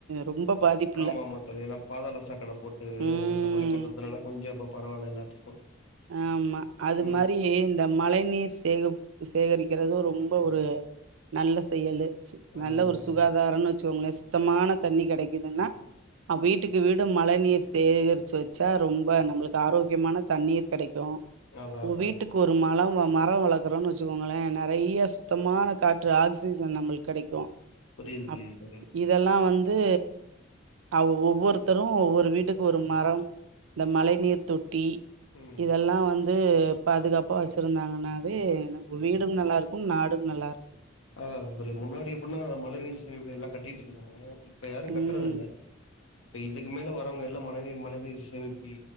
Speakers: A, on the right; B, on the left.
A: ரொம்ப பாதிப்பு இல்ல
B: ஆமா ஆமா தோழி எல்லா பாதாள சாக்கடை போட்டு
A: ம்
B: அந்த மாரி கொண்டதுனால கொஞ்ச இப்ப பரவால்ல எல்லாத்துக்கு
A: ஆமா அது
B: ம்
A: மாரி இந்த மழை நீர் சேக சேகரிக்கிறது ரொம்ப ஒரு நல்ல செயலு
B: அதாதா
A: நல்ல ஒரு
B: தோழி
A: சுகாதாரம் வச்சுக்கோங்களே சுத்தமான தண்ணி கிடைக்குதுன்னா வீட்டுக்கு வீடு மழை நீர் சேகரிச்சு வச்சா ரொம்ப நம்மளுக்கு ஆரோக்கியமான தண்ணீர் உங்க
B: அதா அதா
A: வீட்டுக்கு ஒரு மழம் மரம் வளர்க்குறோம்ன்னு வச்சுக்கோங்களே நறைய சுத்தமான காற்று ஆக்சிஜன் நம்மளுக்கு கடைக்கு
B: புரியுது
A: அப்
B: புரியுது தோழி
A: இதெல்லா வந்து அவ ஒவ்வொருத்தரும் ஒவ்வொரு வீட்டுக்கு ஒரு மரம் இந்த மழை நீர் தொட்டி
B: ம்
A: இதெல்லா வந் வந்து பாதுகாப்பா வச்சிருந்தாங்கன்னாவே வீடும் நல்லா இருக்கும் நாடும் நல்லா இருக்கும்
B: ஆ தோழி முன்னாடி எப்டின்னா மழை நீீர் சே எல்லா கட்டிட்டு இருந்தாங்க இப்ப யாரு
A: இருக்கு ம்
B: கட்றது இல்ல இப்ப இதுக்கு மேல வரவங்க எல்லாம் மழ மழைநீர் சேமிப்பி